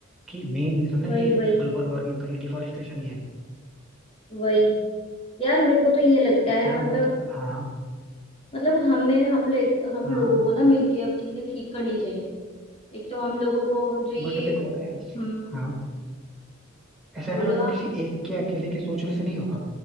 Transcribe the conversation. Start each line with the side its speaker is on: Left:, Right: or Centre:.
Centre: कि मेन रीजन ना
Left: वही
Centre: ये
Left: वही
Centre: ग्लोबल वार्मिंग का ये डिफॉरेस्टेशन ही है
Left: वही यार मेरे को तो ये लगता
Centre: इतना
Left: है मतलब
Centre: ज्यादा हाँ
Left: मतलब हमें हम ले हम
Centre: हाँ
Left: लोगों को ना मिलके अब चीजें ठीक करनी चाहिए एक तो हम लोगों को जो ये
Centre: बट देखो
Left: हम्म
Centre: ऐस, हाँ ऐसा
Left: बोलो
Centre: है ना मतलब
Left: आप
Centre: किसी एक के
Left: हम्म,
Centre: अकेले के सोचने से नहीं होगा